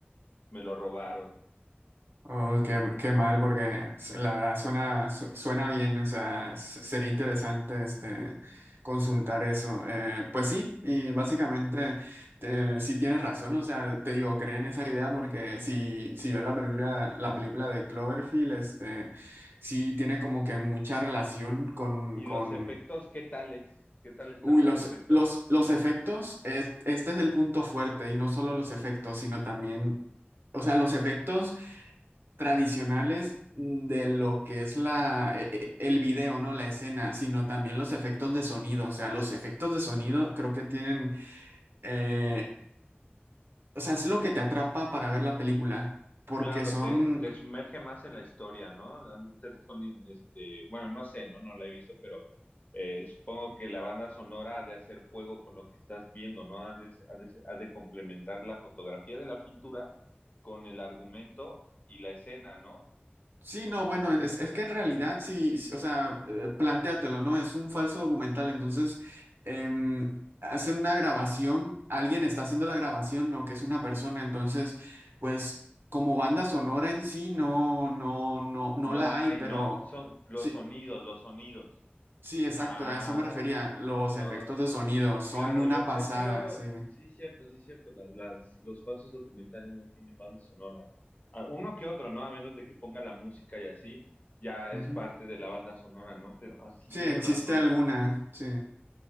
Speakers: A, on the left; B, on the right.
A: Me lo robaron.
B: Oh, qué, qué mal, porque s- la verdad suena, su- suena bien, o sea, s- sería interesante este, consultar eso. Eh, pues sí, y básicamente eh, sí tienes razón, o sea, te digo, creen esa idea porque si, si ves la película, la película de Cloverfield, este, sí tiene como que mucha relación con,
A: ¿Y
B: con...
A: los efectos, qué tales? ¿Qué tal están
B: Uy,
A: los
B: los,
A: efectos?
B: los, los efectos, es- este es el punto fuerte, y no solo los efectos, sino también, o sea, los efectos tradicionales de lo que es la, e- e- el video, ¿no? La escena, sino también los efectos de sonido. O sea, los efectos de sonido creo que tienen, eh, o sea, es lo que te atrapa para ver la película, porque
A: Claro,
B: son...
A: te, te sumerge más en la historia, ¿no? Han de ser soni- este, bueno, no sé, ¿no? No la he visto, pero eh, supongo que la banda sonora ha de hacer juego con lo que estás viendo, ¿no? Ha de, ha de- ha de complementar la fotografía de la pintura con el argumento y la escena, ¿no?
B: Sí, no, bueno, es, es que en realidad sí, sí, o sea, eh, plantéatelo, ¿no? Es un falso documental, entonces em, hacen una grabación, alguien está haciendo la grabación, ¿no? Que es una persona, entonces, pues como banda sonora en sí, no, no, no, no
A: No
B: la
A: hay,
B: hay, pero
A: ¿no? Son los
B: sí,
A: sonidos, los sonidos.
B: sí, exacto,
A: Ah,
B: a eso me refería, los
A: No,
B: efectos
A: s-
B: de sonido son
A: claro,
B: una
A: yo,
B: pasada,
A: es que luego,
B: sí.
A: sí, cierto, sí, cierto, la- las, los falsos documentales no tienen banda sonora. Ah, Uno que otro, ¿no? A menos de que ponga la música y así, ya
B: Ujú.
A: es parte de la banda sonora, ¿no? Pero así
B: Sí,
A: tiene
B: existe
A: razón.
B: alguna, sí.